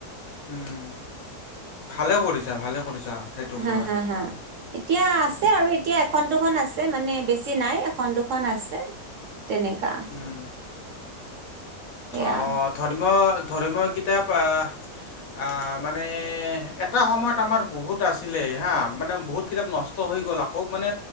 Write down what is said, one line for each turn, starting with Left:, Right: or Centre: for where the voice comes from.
Left: উম, ভালে কৰিছা ভালে কৰিছা। সেইটো
Right: হাঁ
Left: কৰাই
Right: হাঁ হাঁ এতিয়া আছে আৰু এতিয়া এখন দুখন আছে মানে বেছি নাই- এখন দুখন আছে, তেনেকা।
Left: উম
Right: সেয়া
Left: অঁ' ধৰ্মীয় ধৰ্মীয় কিতাপ অ- আ মানে এটা সময়ত আমাৰ বহুত আছিলে হাঁ, মানে বহুত কিতাপ নচ- ষ্ট হৈ গ'ল আক, মানে